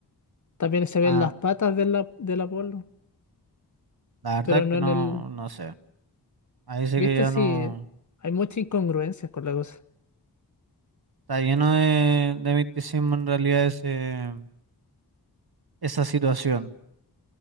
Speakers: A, on the left (about 45°); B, on the right (about 65°).
A: También se ven
B: Ah,
A: las patas del, la- del Apolo,
B: La verdad
A: pero
B: es
A: no
B: que no,
A: en el,
B: no sé. Ahí sí
A: ¿Viste
B: que ya
A: si
B: no.
A: hay muchas incongruencias con la cosa?
B: Está lleno de, de misticismo en realidad ese, esa situación.